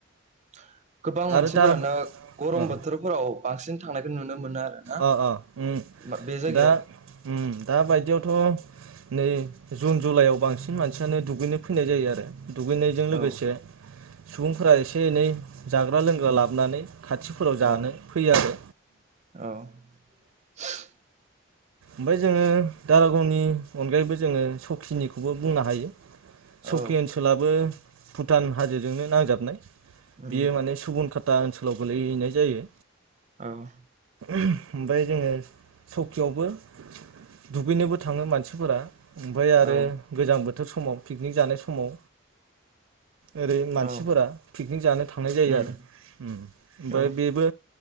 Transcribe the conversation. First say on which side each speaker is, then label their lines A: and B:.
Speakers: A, on the right (about 35°); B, on the right (about 85°).
A: <inaudible> <inaudible> गोबां मानसिफोरानो
B: आरो दारा
A: गरम
B: अ
A: बोथोरफोराव बांसिन थांनायखौ नुनो मोनो आरोना
B: अ अ उम
A: मा बे जायगायाव
B: दा उम दा बायदियावथ' नै जुन जुलाइआव बांसिन मानसियानो दुगैनो फैनाय जायो आरो दुगैनायजों लोगोसे
A: उम औ
B: सुबुंफोरा एसे- एनै जाग्रा लोंग्रा
A: उम
B: लाबोनानै खाथिफोराव
A: औ
B: जानो फैयो आरो
A: <inaudible>
B: ओमफ्राय जोङो दारागावनि अनगायैबो जोङो सखिनिखौबो बुंनो हायो। सकि
A: औ
B: ओनसोलाबो भुटान हाजोजोंनो नांजाबनाय
A: उम
B: बियो माने सुबुन खाता ओनसोल गोलाव गोलैहैनाय जायो
A: औ
B: ओमफ्राय जोङो सकियावबो दुगैनोबो थाङो मानसिफोरा ओमफाय आरो
A: औ
B: गोजां बोथ बोथोर समाव पिकनिक जानाय समाव ओरै मानसिफोरा
A: औ
B: पिकनिक जानो थांनाय जायो
A: उम
B: आरो ओमफ्राय
A: औ
B: बेबो